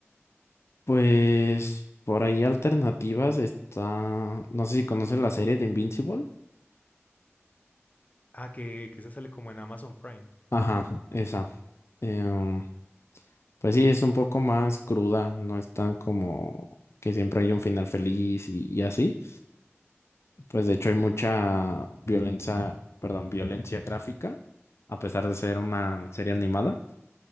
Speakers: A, on the left; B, on the left.
A: Pues por ahí alternativas está, no sé si conoces la serie de Invincible.
B: Ah, que, que esa sale como en Amazon Prime.
A: Ajá, esa. Em, Pues sí, es un poco más cruda, no es tan como que siempre hay un final feliz y, y así. Pues de hecho hay mucha violencia, perdón, violencia gráfica, a pesar de ser una serie animada.